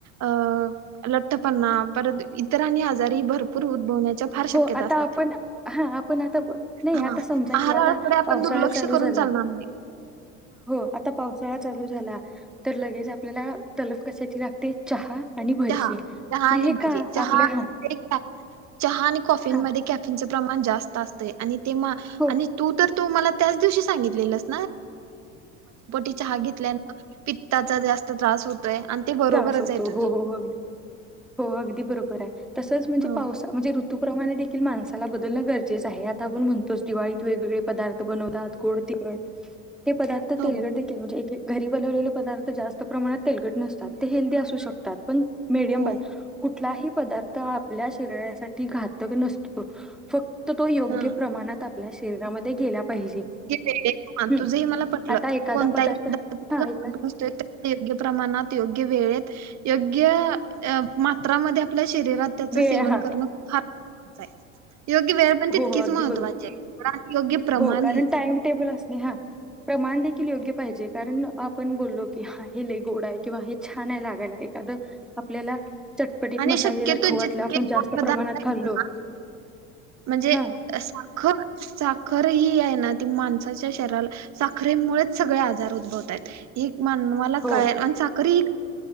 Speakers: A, on the right; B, in the centre.
A: अ लठ्ठपणा परत इतर आणि आजारी भरपुर उद्भ च्या फार शक्यता
B: हो आता
A: असतात.
B: आपण हा आपण आता ब- नाही
A: हा,
B: आता समजा
A: आहाराकडे
B: की आता
A: आवण
B: पावसाळा
A: दुर्लक्ष
B: चालू
A: करून
B: झाला
A: चा लणार नाय.
B: हो, आता पावसाळा चालू झाला, तर लगेच आपल्याला तल कशाची लागते, चहा आणि भजी
A: चहा चहा
B: तर
A: आणि
B: हे
A: भजी,
B: का
A: चहा
B: आपल्या हा
A: एक <unintelligible> चहा आणि कॉ
B: हा
A: क प्रमाण जात अस त
B: हो
A: त मला दिव स चहा घ पित्ताचा जास्त त्रास होतोय आणि ते बरोबरच
B: त्रास होतो
A: आहे तुझं
B: हो हो हो अगदी हो अगदी बरोबर आहे तसच म्हणजे
A: हो
B: पावसा म्हणजे ू्रमाणे देखील माणसाला बदलण गरजें आहे आता आपण म्हणतोच दिवाळीत वेगवेगळे पदार् बनवतात गोड तिखड हे पदार्थ
A: हो
B: तेलगड देखील म्हणजेे घरी बनवलेले पदार्थ जास्त प्रमाणात तेलगट नसतात ते हेल्दी असू शकतात पण मीडियम
A: हो
B: प कुठलाही पदार्थ आपल्या शरीरासाठी घातक नसतो फक्त तर तो योग्य
A: हा
B: प्रमाणात आपल्या शरीरामध्ये गेला पाहिजे
A: े
B: हं.
A: तुझ हे मला पटलं
B: आता एखादा
A: कोणत्याही
B: पदार्थ
A: पदार्थसतोय
B: हा एखाद
A: योग्य प्रमाणात योग्य वेळेेत योग्य मात्रामध्ये आपल्या शरीरात त्याच
B: वेळ
A: सेवन
B: हा.
A: करणं खपार योग्य व पण तितकीच
B: हो, हो. अगदी
A: महत्त्वाचे
B: बरोबर.
A: योग्य प्रमाण
B: हो कारण
A: ह
B: टाइम टेबल असणे हा प्रमाण देखील योग्य पाहिजे कारण आपण बोललो की हे ले गोड आहे किंवा हे छान आहे लागायला एखाद आपल्याला चटपटीत
A: आणि
B: मसाले
A: शक्यतो
B: जर खवटले
A: जितके
B: आपण जास्त
A: गोड
B: प्रमाणात
A: पदार्थ आहेत
B: खाल्लो
A: ना म्हणजे
B: हा
A: साखर साखर ह आहे ना माणसाच्या शरीला साखरेमुळेच सगळे आजार द् मान
B: हो
A: काय साकरी